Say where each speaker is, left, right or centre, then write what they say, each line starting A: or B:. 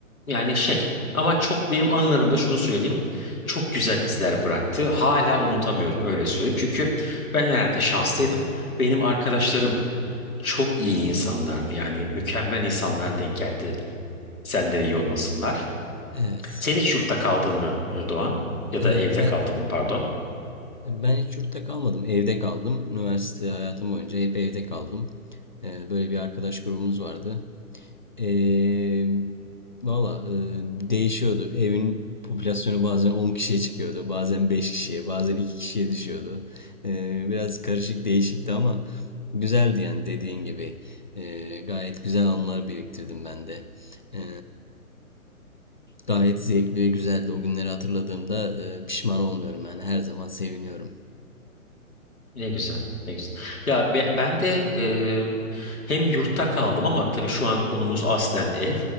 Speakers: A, on the left; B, on the left.
A: Yani şey ama çok benim anılarımda şunu söyleyeyim. Çok güzel izler bıraktı. Hala unutamıyorum öyle söyleyeyim. Çünkü ben herhalde şanslıydım. Benim arkadaşlarım çok iyi insanlardı. Yani mükemmel insanlar denk geldi. Senden iyi olmasınlar.
B: Evet.
A: Sen hiç yurtta kaldın mı e, Doğan? Ya
B: E,
A: da evde
B: ben
A: kaldın mı pardon?
B: ben hiç yurtta kalmadım. Evde kaldım. Üniversite hayatım boyunca hep evde kaldım. E, böyle bir arkadaş grubumuz vardı. Ee, valla e, değişiyordu. Evin popülasyonu bazen 10 kişiye çıkıyordu. Bazen 5 kişiye, bazen 2 kişiye düşüyordu. Ee, biraz karışık değişikti ama güzeldi yani dediğin gibi. Ee, gayet güzel anılar biriktirdim ben de. Ee, gayet zevkli ve güzeldi. O günleri hatırladığımda e, pişman olmuyorum. Yani her zaman seviniyorum.
A: Ne güzel, ne güzel. Ya be- ben de e, hem yurtta kaldım ama tabii şu an konumuz aslen ev.